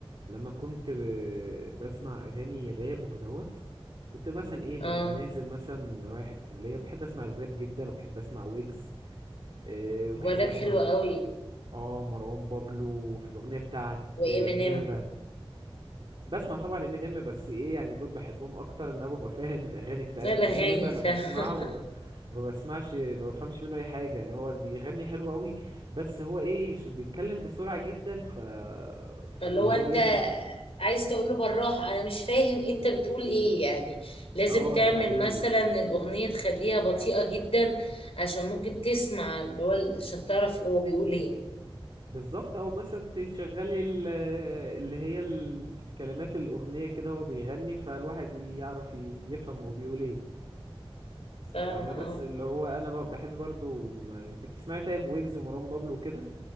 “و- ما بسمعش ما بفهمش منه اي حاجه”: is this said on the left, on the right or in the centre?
Right